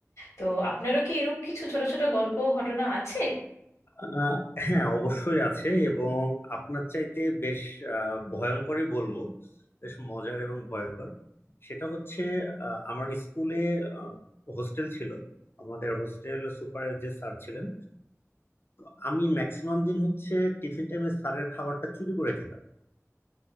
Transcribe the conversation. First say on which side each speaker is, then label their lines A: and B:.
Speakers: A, on the left; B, on the left.
A: তো আপনারও কি এরকম কিছু ছোট ছোট গল্প ও ঘটনা আছে
B: আহ, হ্যাঁ অবশ্যই আছে এবং আপনার চাইতে বেশ আহ, ভয়ঙ্করই বলবো বেশ মজার এবং ভয়ঙ্কর সেটা হচ্ছে আহ, আমার স্কুলে হোস্টেল ছিল আমাদের হোস্টেল সুপারের যে স্যার ছিলেন তো আমি ম্যাক্সিমাম দিন হচ্ছে টিফিন টাইমে স্যারের খাবারটা চুরি করে খেতাম